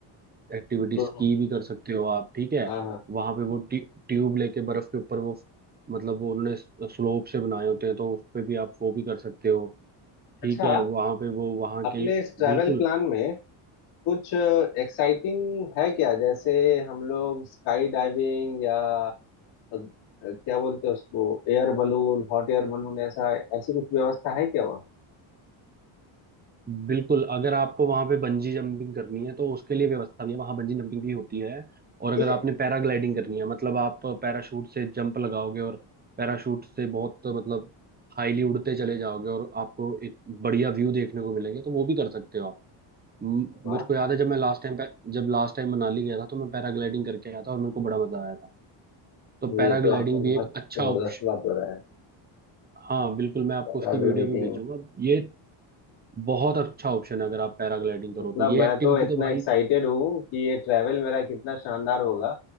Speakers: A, on the right; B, on the left.
A: एक्टिविटी
B: हम्म।
A: स्की भी कर सकते हो आप ठीक है
B: हाँ हाँ
A: वहां पे वो ट्यू, ट्यूब लेके बर्फ के ऊपर वो मतलब वो उन्होंने स्लोप से बनाए होते हैं तो उस पे भी आप वो भी कर सकते हो
B: अच्छा
A: ठीक है वहां पे वो वहां
B: अपने
A: के
B: इस ट्रैवल
A: बिल्कुल
B: प्लान में कुछ एक्साइटिंग है क्या जैसे हम लोग स्काई डाइविंग या अग- अ, क्या बोलते हैं उसको air balloon hot air balloon ऐसा ऐसी कुछ व्यवस्था है क्या वहाँ
A: बिल्कुल अगर आपको वहां पे बंजी जंपिंग करनी है तो उसके लिए व्यवस्था भी है वहां बंजी जंपिंग भी होती है और
B: ठीक
A: अगर
B: है
A: आपने पैराग्लाइडिंग करनी है मतलब आप पैराशूट से जंप लगाओगे और पैराशूट से बहुत मतलब हाईली उड़ते चले जाओगे और आपको एक बढ़िया व्यू देखने को मिलेंगे तो वो भी कर सकते हो आप म-
B: वाह
A: मेरे को याद है जब मैं लास्ट टाइम जब लास्ट टाइम मनाली गया था तो मैं पैराग्लाइडिंग करके आया था और मेरे को बड़ा मजा आया था तो पैराग्लाइडिंग
B: ये तो आपने
A: भी
B: बहुत
A: एक अच्छा
B: जबरदस्त
A: ऑप्शन
B: बात बताया
A: हाँ बिल्कुल मैं आपको
B: पैराग्लाइडिंग
A: उसकी वीडियो भी भेजूंगा ये बहुत अच्छा ऑप्शन है अगर आप पैराग्लाइडिंग करो
B: मतलब
A: तो ये
B: मैं
A: एक्टिविटी
B: तो इतना
A: तो भाई
B: एक्साइटेड हूँ कि ये ट्रैवल मेरा कितना शानदार होगा